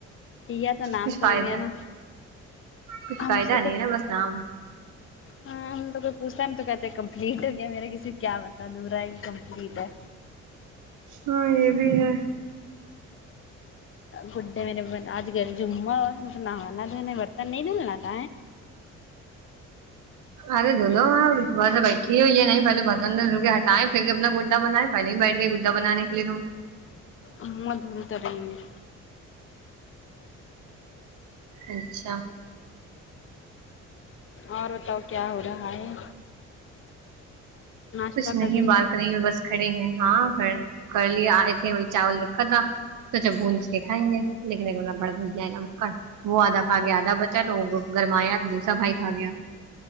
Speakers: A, on the left; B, on the right.
A: یا تو نام
B: کچھ
A: تو
B: فائدہ
A: ہو گیا نا
B: کچھ
A: ہم
B: فائدہ
A: سے تو
B: نہیں
A: کوئی
B: ہے نا بس نام
A: ہاں ہم سے تو کوئی پوچھتا ہے تو کہتے کمپلیٹ ہو گیا میرا کسی کیا بتا دورا ہے کہ کمپلیٹ ہے
B: ہاں یہ بھی ہے
A: گڈے میرے ب اج کل جا ہو مطل نانا تونے برتن نہیں دولنا ت
B: ارے دولو آپ سے بیٹھی ہوئی ہے نہیں پہلے بسن کے ہٹائے پھر سے اپنا گڈا بنائے پہلے بھی بیٹھ گئے گڈا بنانے کے لیے ت
A: ا م دھول تبن میں
B: اچھا
A: اور بتاؤ کیا ہو رہا ہے ناشتہ
B: کچھ
A: کر
B: نہیں
A: لیا
B: بالکنی میں بس کھڑے ہیں ہاں کڑ کر لے آئے تھے وہی چاول رکھا تھا سوچا بھج کے کھائیں گے لیکن ایک میرا بڑا بھیا ہے نا مکڑ وہ آدھا کھا گیا آدھا بچا تو وہ گرمایا دوسرا بھائی کھا گیا